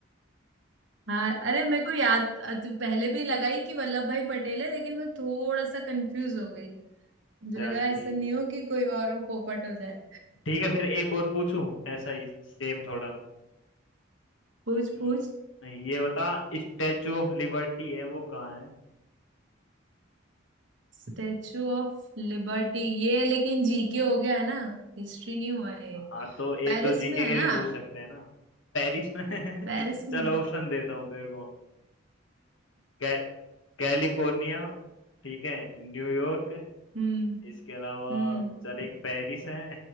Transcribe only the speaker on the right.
हाँ अरे मेरे को याद तो पहले भी लगा ही कि वल्लभ भाई पटेल है लेकिन मैं थोड़ा सा कंफ्यूज हो गई मुझे
लगा ऐसा
नहीं
हो कि कोई और हो पोपट हो जाए
पूछ
पूछ
स्टेचू ऑफ लिबर्टी ये लेकिन जीके हो गया है ना हिस्ट्री नहीं हुआ ये
पेरिस
में है
ना
पेरिस में
हम्म
हम्म